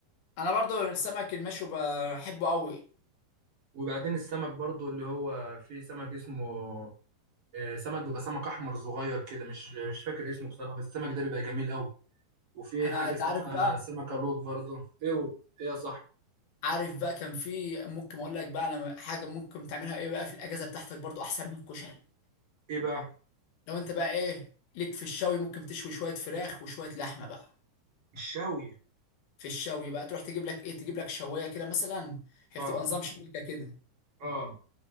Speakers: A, on the left; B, on the right.
A: انا برضو السمك المشوي بحبه قوي
B: وبعدين السمك برضه اللي هو في سمك اسمه آه، سمك بيبقى سمك أحمر صغير كده مش مش فاكر اسمه بصراحة بس السمك ده بيبقى جميل أوي وفي
A: انا
B: حاجة
A: انت
B: اسمها
A: عارف بقى
B: سمكة لوط برضه إيه إيه يا صاحبي
A: عارف بقى كان في ممكن اقول لك بقى انا حاجه ممكن تعملها ايه بقى في الاجازه بتاعتك برضو احسن من الكشري
B: إيه بقى
A: لو انت بقى ايه ليك في الشوي ممكن تشوي شويه فراخ وشويه لحمه بقى
B: الشاوي
A: في الشوي بقى تروح تجيب لك ايه تجيب لك شوايه كده مثلا هي
B: آه
A: بتبقى نظام شبكه كده
B: آه